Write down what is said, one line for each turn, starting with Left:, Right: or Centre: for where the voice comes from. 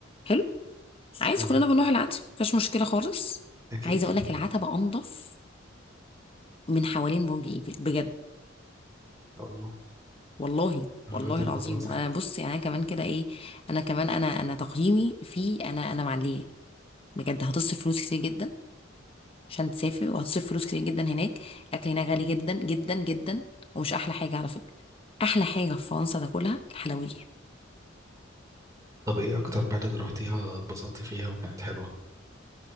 Left: حلو عايز
Right: تمام
Left: كلنا بنروح العتبة مفيش مشكلة خالص
Right: اكيد
Left: عايزة اقول لك العتبة انضف من حوالين برج ايفل بجد
Right: الله
Left: والله
Right: الدرجات
Left: والله
Right: دي
Left: العظيم
Right: الموضوع سيء
Left: وانا بص يعني انا كمان كده ايه انا كمان انا انا تقييمي في انا انا معليه بجد هتصرف فلوس كتير جدا عشان تسافر وهتصرف فلوس كتير جدا هناك الاكل هناك غالي جدا جدا جدا ومش احلى حاجة على فكرة احلى حاجة في فرنسا تاكلها الحلويات
Right: طب ايه اكتر بلد رحتيها اتبسطتي فيها وكانت حلوة